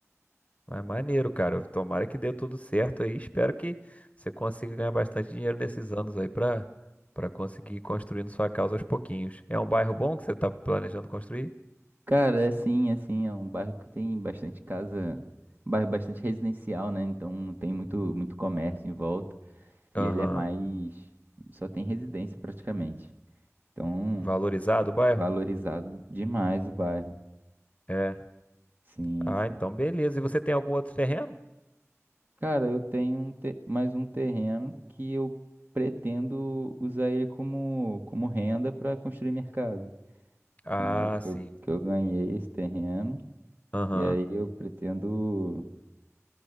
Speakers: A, on the left (about 25°); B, on the right (about 35°).
A: Mas maneiro, cara. Tomara que dê tudo certo aí. Espero que você consiga ganhar bastante dinheiro nesses anos aí pra, pra conseguir ir construindo sua casa aos pouquinhos. É um bairro bom que você tá planejando construir?
B: Cara, é assim, assim, é um bairro que tem bastante casa, um bairro bastante residencial, né? Então tem muito, muito comércio em volta. E
A: Aham.
B: ele é mais. Só tem residência praticamente. Então,
A: Valorizado o bairro?
B: valorizado demais o bairro.
A: É.
B: Sim,
A: Ah,
B: sim.
A: então beleza. E você tem algum outro terreno?
B: Cara, eu tenho um te- mais um terreno que eu pretendo usar ele como, como renda para construir minha casa.
A: Ah,
B: Entendeu?
A: sim.
B: Que Eu, que eu ganhei esse terreno.
A: Aham.
B: E aí eu pretendo,